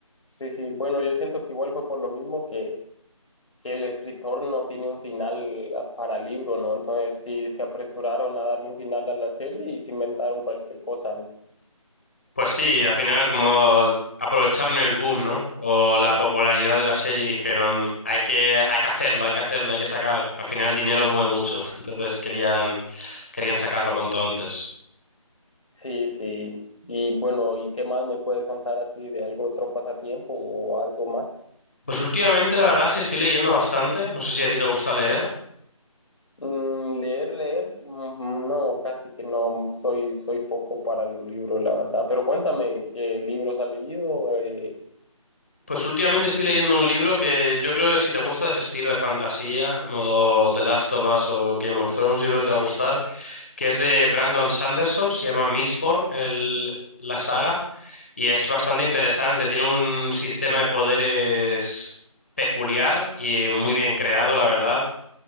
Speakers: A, on the left; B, on the left.
A: sí, sí. Bueno, yo siento que igual fue por lo mismo que, que el escritor no tiene un final para libro, ¿no? Entonces sí se apresuraron a darle un final a la serie y se inventaron cualquier cosa, ¿no?
B: Pues sí, al final como aprovecharon el boom, ¿no? O la popularidad de la serie y dijeron, hay que, hay que hacerlo, hay que hacerlo, hay que sacar. Al final el dinero mueve mucho, <laughs> entonces querían, querían sacarlo cuanto antes.
A: Sí, sí. Y bueno, ¿y qué más me puedes contar así de algo otro pasatiempo o algo más?
B: Pues últimamente la verdad es que estoy leyendo bastante, no sé si a ti te gusta leer,
A: Mm, leer, leer, mm, no, casi que no, soy, soy poco para los libros, la verdad. Pero cuéntame, ¿qué libros has leído? Eh,
B: pues últimamente estoy leyendo un libro que yo creo que si te gusta ese estilo de fantasía, modo The Last of Us o Game of Thrones, yo creo que te va a gustar, que es de Brandon Sanderson, se llama Mistborn, el- la saga, y es bastante interesante, tiene un sistema de poderes peculiar y muy bien creado, la verdad.